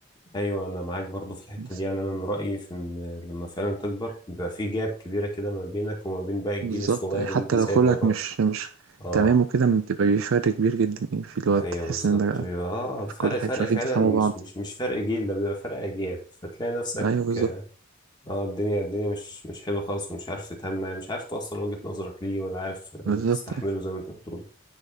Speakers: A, on the left; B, on the right.
A: ايوه انا معاك برضو في الحتة
B: بس
A: دي يعني انا من رأيي في ان لما فعلا تكبر بيبقى في جاب كبيرة كده ما بينك وما بين باقي الجيل
B: بالظبط
A: الصغير
B: يعني حتى
A: اللي انت سايبه
B: لو خلقك
A: وراك
B: مش مش
A: اه
B: تمام وكده بتبقى بفرق كبير جدا يعني في الوقت
A: ايوه
B: تحس
A: بالظبط
B: إن ده
A: بيبقى اه فرق
B: في كل
A: فرق
B: حاجة مش عارفين
A: فعلا
B: تفهموا
A: مش
B: بعض
A: مش مش فرق جيل ده بيبقى فرق اجيال فتلاقي نفسك
B: أيوه بالظبط
A: اه آه، الدنيا الدنيا مش مش حلوه خالص ومش عارف تتعامل معاه مش عارف توصل وجهة نظرك ليه ولا عارف
B: بالظبط
A: آه، تستحمله زي ما انت بتقول